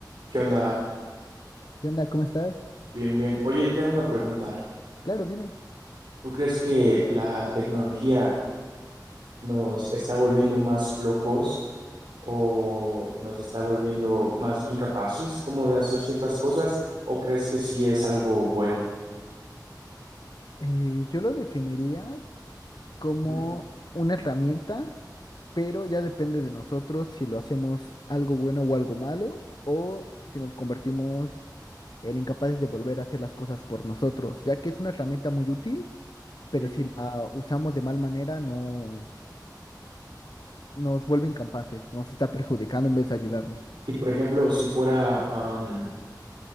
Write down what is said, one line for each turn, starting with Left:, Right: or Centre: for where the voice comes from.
Right: ¿Qué onda?
Left: ¿Qué onda? ¿Cómo estás?
Right: Bien, bien. Oye, te tengo una pregunta.
Left: Claro, dime.
Right: ¿Tú crees que la tecnología nos está volviendo más flojos o nos está volviendo más incapaces como de hacer ciertas cosas o crees que sí es algo bueno?
Left: Eh, yo lo definiría como
Right: Ujú,
Left: una herramienta, pero ya depende de nosotros si lo hacemos algo bueno o algo malo, o si nos convertimos en incapaces de volver a hacer las cosas por nosotros, ya que es una herramienta muy útil, pero
Right: sí.
Left: si la usamos de mal manera, no nos vuelve incapaces, nos está perjudicando en vez de ayudarnos.
Right: Y por ejemplo, si fuera, am,